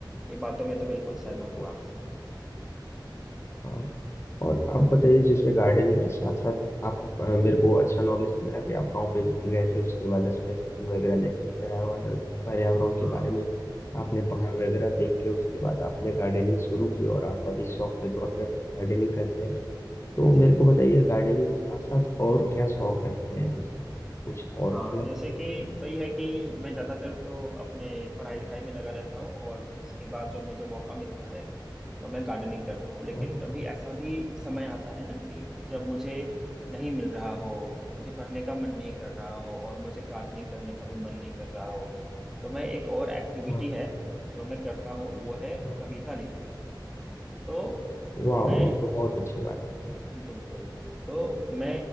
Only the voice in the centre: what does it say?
ये बातों में तो बिल्कुल सहमत
हूँ आपसे
हाँ
जी
हाँ
जैसे कि वही है कि मैं ज़्यादातर तो अपने पढ़ाई लिखाई में लगा रहता हूँ और उसके बाद जो मुझे मौका मिलता है तो मैं गार्डनिंग करता हूँ लेकिन
कभी ऐसा भी समय आता है ना कि जब मुझे नहीं मिल रहा हो मुझे पढ़ने का मन नहीं कर रहा हो और मुझे गार्डनिंग करने का भी मन नहीं कर रहा हो तो मैं एक और एक्टिविटी
है जो मैं करता हूँ वो है
कविता लिखने की तो
मैं
बिल्कुल तो मैं